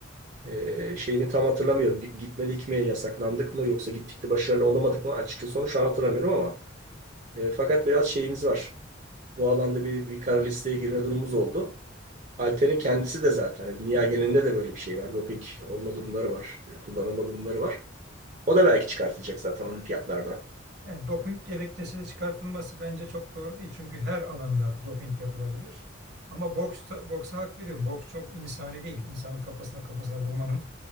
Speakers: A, on the right; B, on the right.
A: E, şeyini tam hatırlamıyorum. Gi- Gitmedik mi, yasaklandık mı yoksa gittik de başarılı olamadık mı? Açıkçası onu şu an hatırlamıyorum ama e, fakat biraz şeyimiz var. o alanda bir, bir kara listeye girme durumumuz oldu. Halter'in kendisi de zaten yani dünya genelinde de böyle bir şey var. Doping olma durumları var, e, kullanılma durumları var. O da belki çıkartılacak zaten olimpiyatlardan.
B: Yani doping gerekçesi de çıkartılması bence çok doğru değil. Çünkü her alanda doping yapılabilir. Ama boksta, boksa hak veriyorum. Boks çok insani değil. İnsanın kafasına kafasına vurmanın